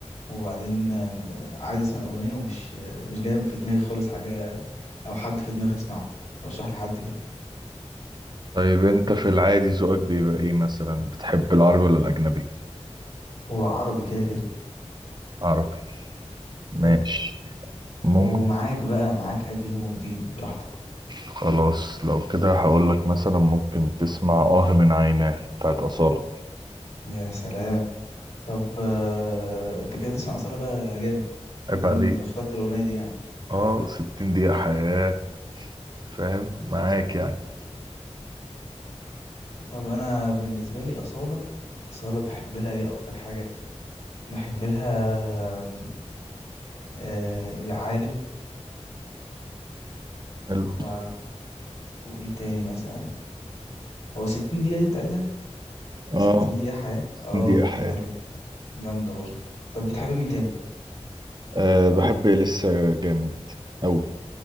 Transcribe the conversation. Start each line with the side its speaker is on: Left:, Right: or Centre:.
Left: وبعدين آه عايز أسمع أغنية ومش آه مش جاي في دماغي خالص حاجة أو حد في دماغي أسمعه رشح لي حد كده
Right: طيب انت في العادي ذوقك بيبقى ايه مثلا بتحب العربي ولا الاجنبي
Left: هو عربي كده كده
Right: عربي ماشي
Left: حلو ومعاك
Right: ممكن
Left: بقى معاك قديم وجديد براحتك
Right: خلاص لو كده هقول لك مثلا ممكن تسمع اه من عيناه بتاعت أصالة
Left: يا سلام طب آه أنت كده بتسمع أصالة بقى جامد مادام
Right: عيب عليك
Left: اخترت الأغنية دي يعني
Right: اه 60 دقيقة حياة فاهم معاك يعني
Left: طب انا بالنسبه لي اصاله اصاله بحب لها ايه اكتر حاجه بحب لها آم، آه، يا عالم
Right: حلو
Left: و... وايه تاني مثلا هو 60 دقيقه دي بتاعتها
Right: اه
Left: 60 دقيقه حياه
Right: 60
Left: اه
Right: دقيقة حياة
Left: دي حلوه جامده برضه طب بتحبي مين تاني
Right: أه بحب لسه جامد أوي